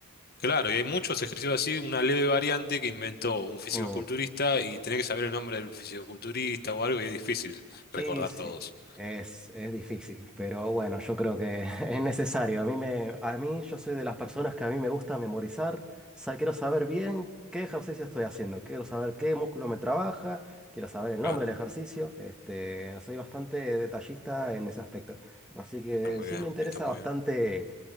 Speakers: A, on the left (about 45°); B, in the centre.
A: Claro, y hay muchos ejercicios así, una leve variante que inventó un fisicoculturista
B: Mm.
A: y tenés que saber el nombre del fisicoculturista o algo y es difícil recordar
B: Y sí,
A: todos.
B: es, es difícil, pero bueno, yo creo que <laughs> es necesario. A mí me, a mí yo soy de las personas que a mí me gusta memorizar. sa- quiero saber bien qué ejercicio estoy haciendo, quiero saber qué músculo me trabaja, quiero saber el
A: Claro,
B: nombre del ejercicio. Este, soy bastante detallista en ese aspecto. Así que
A: está muy
B: sí
A: bien,
B: me interesa
A: está muy
B: bastante
A: bien.